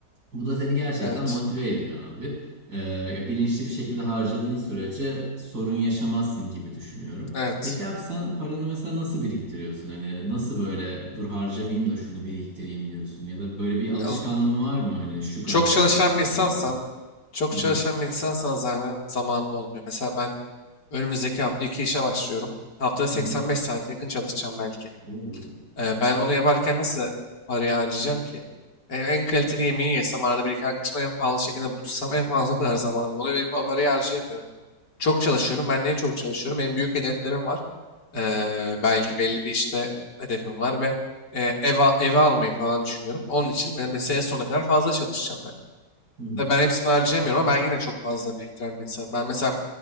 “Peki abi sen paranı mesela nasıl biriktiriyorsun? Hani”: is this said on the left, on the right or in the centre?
Right